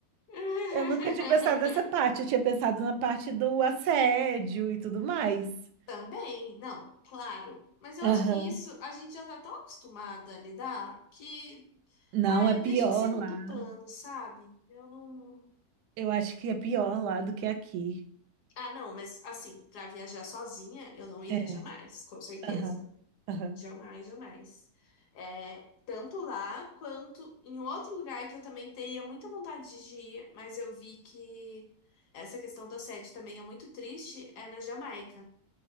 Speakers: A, on the left (about 80°); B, on the right (about 85°).
A: <laughs>
B: Eu nunca tinha pensado nessa parte, eu tinha pensado na parte do assédio e tudo mais.
A: Também, não, claro. Mas eu
B: Aham.
A: acho que isso a gente já tá tão acostumada a lidar que,
B: Não,
A: ah, eu
B: é pior
A: deixo em segundo
B: lá.
A: plano, sabe? Eu não.
B: Eu acho que é pior lá do que aqui.
A: Ah, não, mas assim, pra viajar sozinha, eu não iria
B: É.
A: jamais, com certeza.
B: Aham. Aham.
A: Jamais, jamais. É, tanto lá quanto em outro lugar que eu também teria muita vontade de ir, mas eu vi que essa questão do assédio também é muito triste, é na Jamaica.